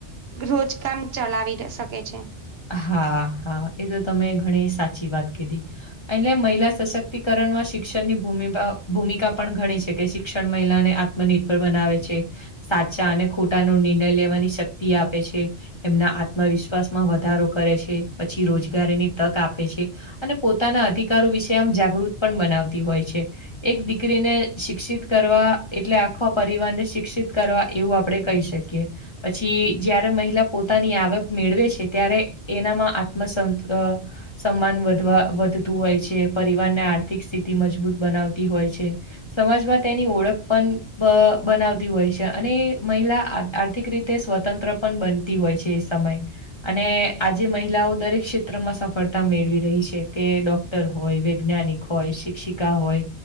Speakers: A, on the right; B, on the left.
A: રોજકામ ચલાવી શકે છે.
B: હા હા એ તો તમે ઘણી સાચી વાત કીધી. એટલે મહિલા સશક્તિકરણ માં શિક્ષણની ભૂમિકા ભૂમિકા પણ ઘણી છે કે શિક્ષણ મહિલાને આ ત્મ નિર્બળ બનાવે છે સાચા અને ખોટા નો નિર્ણય લેવાની શ ક્તિ આપે છે એમના આત્મવિશ્વાસમાં વ ધારો કરે છે પછી રોજગારીની તક આપે છે. અને પોતાના અધિકારો વિશે આમ જાગૃત પણ બનાવતી હોય છે. એક દીકરીને શિક્ષિત કરવા એટલે આખો પરિવારને શિક્ષિત કરવા એવું આપડે કહી શ કીએ પછી જયારે મહિલા પોતાની આવક મેળવે છે ત્યારે એનામાં આત્મસંત અ સન્માન વધવા વધતું હોય છે. પરિવારને આર્થિક સ્થિતિ મજબૂત બનાવતી હોય છે. સમાજમાં તેની ઓળખ પણ બ બનાવતી હોય છે અને મહિલા આ આ ર્થિક રીતે સ્વતંત્ર પણ બનતી હોય છે એ સમય અને આજે મહિલાઓ દરેક ક્ષેત્રમાં સફળતા મેળવી રહી છે કે ડોક ટર હોય, વૈજ્ઞાનિક હોય, શિક્ષિકા હોય,